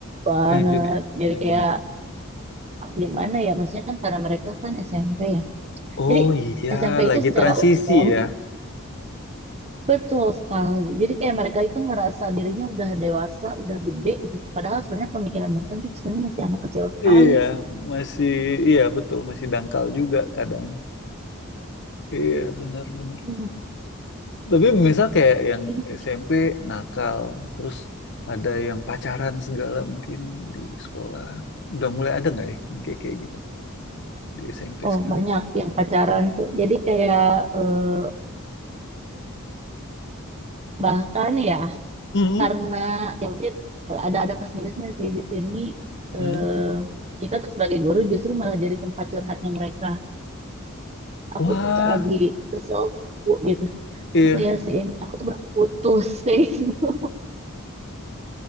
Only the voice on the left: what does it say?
Banyak juga ya?
Banyak
banget. ya?
Oh
iya,
lagi
transisi
ya.
Iya, masih, iya betul, masih dangkal juga kadang. Iya, benar-benar.
Tapi misal kayak yang
SMP nakal, terus ada yang pacaran segala mungkin di sekolah. Udah mulai ada nggak ya yang kayak kayak gitu di SMP
sekarang?
Mm-mm.
Mm.
Wah,
iya.